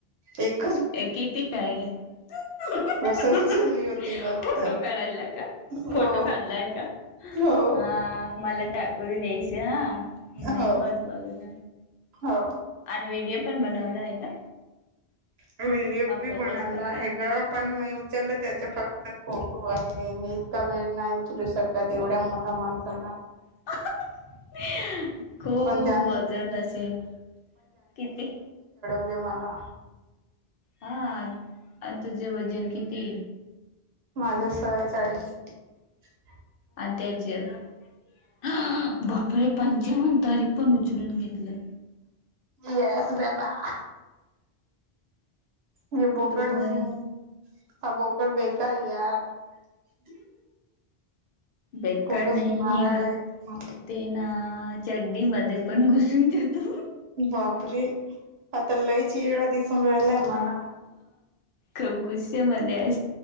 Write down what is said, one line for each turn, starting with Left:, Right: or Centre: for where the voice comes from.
Right: एक
Left: किती <unintelligible>
Right: असं उचलली होती फक्त
Left: फोटो काढायला का?
Right: हो
Left: फोटो काढलाय का?
Right: हो
Left: ह -मला टाकू देयचे हा हम् नाही
Right: हो
Left: पण बघन
Right: हो.
Left: आणि व्हिडिओ पण बनवलाय का?
Right: व्हिडिओ
Left: का
Right: बी
Left: फोटोच
Right: बनवला
Left: का?
Right: आहे ग, पण मी उचललं त्याच्या फक्त फोन- तो आहे मी- वेळ नाही उचलू शकत एवढ्या मोठा माल- <unintelligible>
Left: <unintelligible> खूप
Right: पण त्यानी
Left: वजन असेल किती?
Right: ल्या मला.
Left: हा, तुझे वजन किती?
Right: माझ सेहेचालीस -
Left: आणि त्याचे -अं बापरे! पंचावन तरी पण उचलून घेत- आपलं.
Right: येस - बा- हे बोकरळ
Left: तर मग
Right: हहा बोकद बेकार आहे. यार- <inaudible>
Left: बेकार
Right: खूपच
Left: नाही
Right: मारायला
Left: हिंग
Right: येत.
Left: ते ना चड्डी मध्ये पण घुसून जातो
Right: बापरे! हा त लईच येडा दिसून राहिलाय मला.
Left: खूप गुस्सेमध्ये आहे.